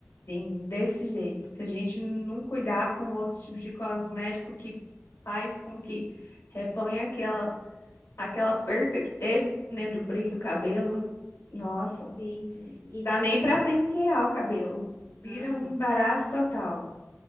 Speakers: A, on the left; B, on the left.
A: Sim, desse jeito. Se a gente não cuidar com outros tipos de cosmético que faz com que reponha aquela, aquela perca que teve, né, do brilho do cabelo, nossa,
B: Sim.
A: não
B: E daí.
A: dá nem pra pentear o cabelo. Vira
B: Aham.
A: um embaraço total.